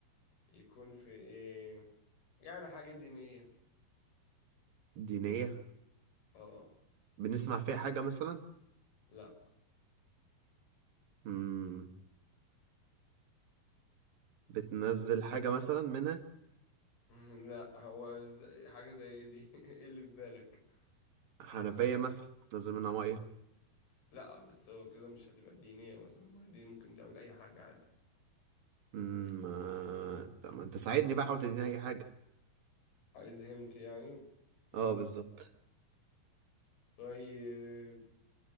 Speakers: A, on the left; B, on the right.
A: يكون في ايه يعني حاجة دينية
B: دينية
A: اه
B: بنسمع فيها حاجة مثلا
A: لا
B: مم، بتنزل حاجة مثلا منها
A: <laughs> لا هو ز- حاجة زي ايه دي <laughs> ايه اللي في بالك
B: حنفية مثلا بتنزل
A: <laughs>
B: منها مية
A: لا بس هو كده مش هتبقى دينية مثلا ما هي دي ممكن تعمل اي حاجة عادي
B: مم، ما انت ما انت ساعدني بقى حاول تديني اي حاجة
A: عايز هنت يعني مم.
B: اه بالظبط
A: طيب